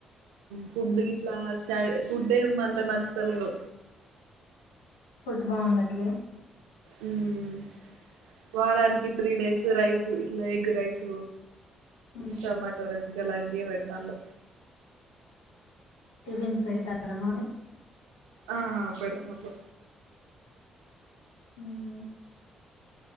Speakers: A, on the right (about 80°); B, on the left (about 80°).
A: ఫుడ్ గిట్లా స్టా ఫుడ్ ఏం అంత నచ్చుతలేదు.
B: ఫుడ్ బాగుండట్లే?
A: ఉమ్, వారానికి త్రీ డేస్ రైస్ ఇట్ల ఎగ్ రైస్.
B: ఉమ్.
A: టమాటో రైస్ గలాంటీయే పెడతాళ్ళు.
B: టిఫిన్స్ పెడతారా మార్నింగ్?
A: ఆ అ పెడుతాళ్ళు.
B: ఉమ్